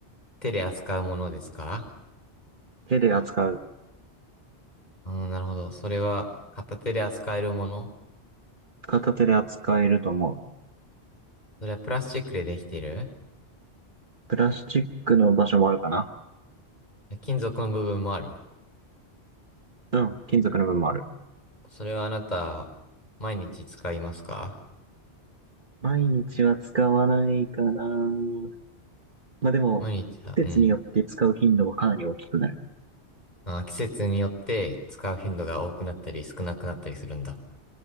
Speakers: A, on the left; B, on the right.
A: 手で扱うものですか
B: 手で扱う。
A: うん、なるほど。それは片手で扱えるもの
B: 片手で扱えると思う。
A: それはプラスチックでできている
B: プラスチックの場所もあるかな。
A: 金属の部分もある。
B: うん。金属の部分もある。
A: それはあなた、毎日使いますか
B: 毎日は使わないかな。まあでも、
A: 毎日は、
B: 季節によって使う頻度はかなり大きくなる。
A: うん。あ、季節によって使う頻度が多くなったり少なくなったりするんだ。